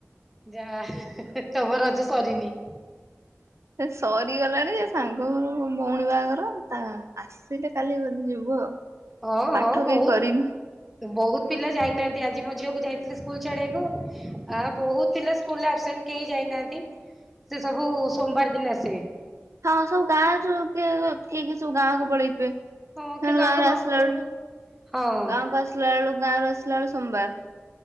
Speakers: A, in the centre; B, on the right.
A: ଯା ତମ ରଜ ସରିନି।
B: ସରିଗଲାଣି ଯେ ସାଙ୍ଗ ଘ ଭଉଣୀ ବାହାଘର ତା ସେଇଟା କାଲି ବଧ ଯିବୁ ଆଉ
A: ହଁ
B: ପାଠ
A: ହଁ ବହୁତ
B: କେହି କରିନୁ
A: ବହୁତ ପିଲା ଯାଇନାହାନ୍ତି ଆଜି ମୋ ଝିଅକୁ ଯାଇଥିଲି ସ୍କୁଲ ଚଛଡିବାକୁ ଆ ବହୁତ ପିଲା ସ୍ଲ ଆବସେଣ୍ଟ କେହି ଯାଇନାହାନ୍ତି ସେ ସବୁ ସୋମବାର ଦିନ ଆସିବେ।
B: ହଁ ସବୁ ଗାଁ ଯ ଠିକ ସବୁ ଗାଁକୁ ପଳେଇଥିବେ।
A: ହଁ
B: କ
A: କି
B: ଗାଁରେସିଳକୁ
A: ଗାଁକୁ ମାମୁଁ ଘରକୁ ହଁ
B: ଗାଁକୁ ଆସିଲା ଆଳୁ ଗାଁରେସିଲ ଆଳୁ ସୋମବାର।